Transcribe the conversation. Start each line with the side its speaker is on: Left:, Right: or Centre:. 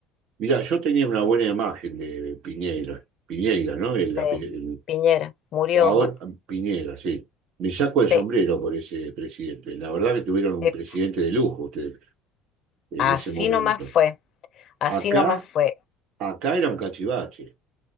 Right: Mirá, yo tenía una buena imagen de Piñeira, Piñeira, ¿no? El,
Left: Sí,
Right: ape- el-
Left: Piñera murió,
Right: ahora
Left: bueno,
Right: Piñera, sí. Me saco
Left: sí,
Right: el sombrero por ese presidente. La verdad que tuvieron un
Left: sí,
Right: presidente de lujo ustedes en
Left: así
Right: ese momento.
Left: nomás fue, así
Right: Acá,
Left: nomás fue.
Right: acá era un cachivache.